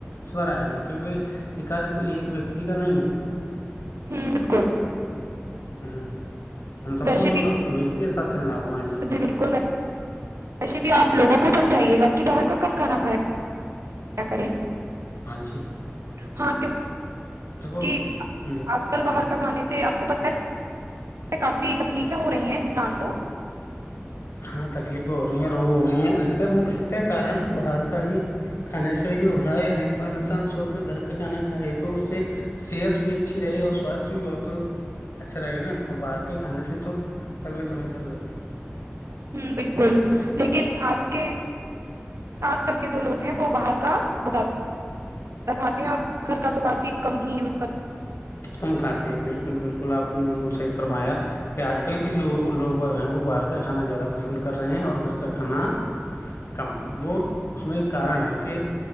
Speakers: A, on the left (about 75°); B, on the right (about 75°).
A: سدھر آئے گا کیونکہ یہ کار کوئی ایک ویکتی کا نہیں ہے
B: ہ بالکل
A: ہاں ہم سب
B: ویسے
A: کو مطلب
B: بھی
A: مل کے ساتھ چلنا ہوگا ہاں
B: جی بالکل ویسے بھی آپ لوگوں کو سمجھائیے گا کہ باہر کا کم کھانا کھائے کیا کریں
A: ہاں جی
B: ہاں تو <unintelligible>
A: دیکھو
B: ک
A: ہ
B: آج کل باہر کا کھانے <unintelligible> سے آپ کو پت کافی تکلیفیں ہو رہی ہیں انسان کو <unintelligible>
A: ہاں تکلیفیں ہو رہی ہیں روگ ہو رہی ہیں اتر مکھت کارن باہر کا ہی کھانے سے ہی ہو رہا ہے اور انسان شھ گھر کا کھانا کھائے تو اس سے صحت بھی اچھی رہے اور سواستھ بھی بہت اچھا رہے نا اور باہر کے کھانے سے تو طبیعت ہمیشہ بھی گتی
B: ہوں بالکل لیکن آج اس کے <unintelligible> آج کل کے جو لوگ ہیں وہ باہر کا ب دکھاتے ہیں گھر کا تو کافی کم ہی یز <unintelligible>
A: کم کھاتے ہیں بالکل بالکل آپ نے بالکل صحیح فرمایا کہ آج کل کے جو لوگ ہیں وہ باہر کا کھانا زیادہ پسند کر رہے ہیں اور گھر کا کھانا کم وہ اس میں ایک کارن ہے کہ